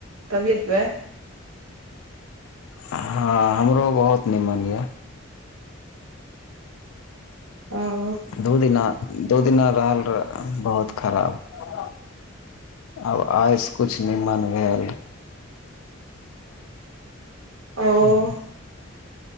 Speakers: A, on the right; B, on the left.
A: तबियत भय
B: हँ हमरो बहुत निमन या
A: ओ
B: दू दिना दू दिना रहल रह बहुत खराब आब आइस कछु निम्न भेल
A: ओ
B: हू <unintelligible>